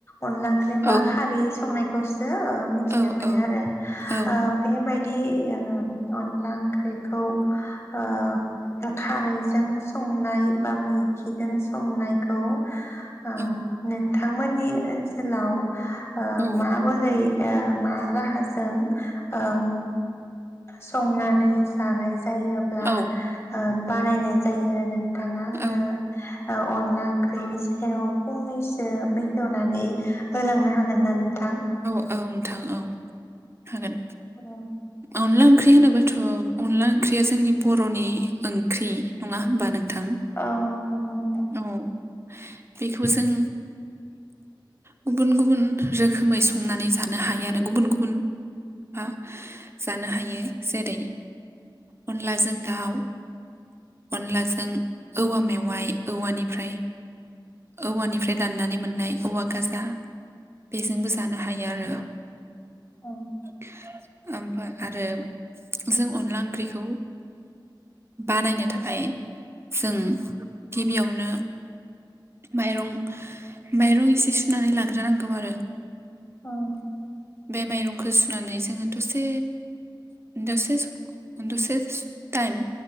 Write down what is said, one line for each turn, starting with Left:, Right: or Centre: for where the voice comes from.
Left: अनला ओंख्रि होनबा
Right: औ
Left: खारै संनाय <inaudible> जो ओ मिथिनो
Right: औ
Left: मोनो
Right: औ
Left: आरो
Right: औ
Left: ओ बेबाय <inaudible> अनला ओंख्रिखौ आ <inaudible> खारैजों संनाय बा मैखिजों संनायखौ आ
Right: औ
Left: नोंथ थांमोननि ओनसोलाव आ
Right: औ
Left: माबोरै ओ मा राहाजों ओम संनानै जानाय जायोब्ला
Right: नोंथां
Left: ओ बानायनाय जायो नों थाङा आंनो
Right: औ
Left: ओ अनला ओंख्रिनि स हेल' फंनैसो सो बेखेवनानै होलांनो हागोन ना नोंथां
Right: औ नोंथां औ हागोन
Left: होम
Right: अनला ओंख्रि होनोबाथ' अनला ओंख्रिया जोंनि बर'नि ओंख्रि नङा होमबा नों थां
Left: औ नंगौ नोंथां
Right: औ बेखौ जों गुबुन गुबुन रोखोमै संनानै जानो हायो आरो गुबुन गुबुना जानो हायो जेरै अनलाजों दाउ अनलाजों औवा मेवाइ औवानिफ्राय औवानिफ्राय दाननानै मोननाय औवा गाजा बेजोंबो जानो हायो आरो
Left: औ
Right: <inaudible> ओमफ्राय आरो जों अनला ओंख्रिखौ बानायनो थाखाय जों गिबियावनो माइरं माइरं एसे सुनानै लाग्रोनांगौ आरो
Left: औ
Right: बे माइरंखौ सुनानै जोङो दसे दसे दसे सम टाइम